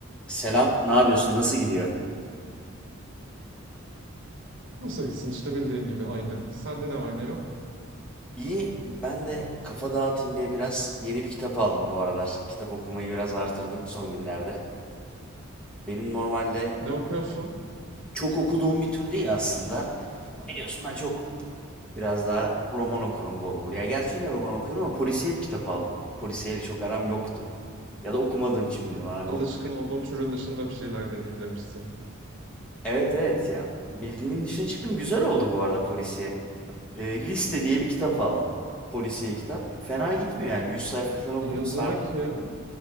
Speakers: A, in the centre; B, on the right.
A: Selam, ne yapıyorsun? Nasıl gidiyor?
B: Nasıl gitsin işte bildiğin gibi aynı. Sende ne var ne yok?
A: İyi, ben de kafa dağıtayım diye biraz yeni bir kitap aldım bu aralar. Kitap okumayı biraz artırdım son günlerde. Benim normalde
B: Ne okuyorsun?
A: çok okuduğum bir tür değil aslında. Biliyorsun ben çok biraz daha roman okurum bol bol. Ya gerçi yine roman okuyorum ama polisiye bir kitap aldım. Polisiyeyle çok aram yoktu. Ya da okumadığım için bilmiyorum aram
B: Alışkın
A: yoktu.
B: olduğun türün dışında bir şeyler deneyeyim demişsin.
A: Evet evet ya. Bildiğimin dışına çıktım. Güzel oldu bu arada polisiye. Ee, Liste diye bir kitap aldım. Polisiye kitap. Fena gitmiyor yani. 100 sayfa falan okudum.
B: Yazarı
A: Sardı.
B: kim?